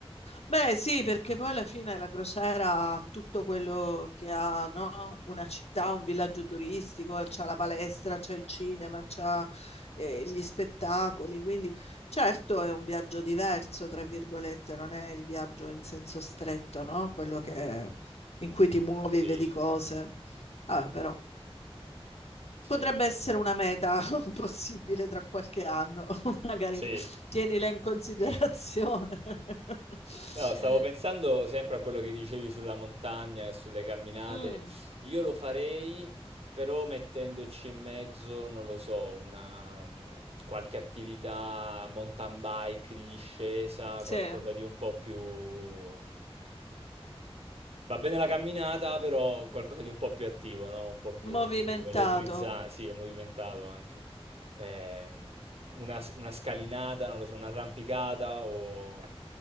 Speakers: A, on the left; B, on the right.
A: Beh, sì, perché poi alla fine la crociera ha tutto quello che ha, no? Una città, un villaggio turistico, c'ha la palestra, c'è il cinema, c'ha eh, gli spettacoli, quindi certo è un viaggio diverso, tra virgolette, non è il viaggio in senso stretto, no? Quello che, in cui ti muovi
B: sì,
A: e vedi cose. Vabbè, però
B: sì,
A: potrebbe
B: no.
A: essere una meta <laughs> possibile tra qualche anno, <laughs> magari
B: sì.
A: tienila in considerazione.
B: <laughs>
A: <laughs>
B: No, stavo pensando sempre a quello che dicevi sulla montagna e sulle camminate.
A: Mm,
B: Io lo farei, però mettendoci in mezzo, non lo so, una, mm, qualche attività mountain bike di discesa,
A: sì,
B: qualcosa di un po' più... Va bene la camminata, però qualcosa di un po' più attivo, no? Un po' più
A: movimentato.
B: elettrizzante, sì, e movimentato anche ehm, una, una scalinata, non lo so, un'arrampicata o...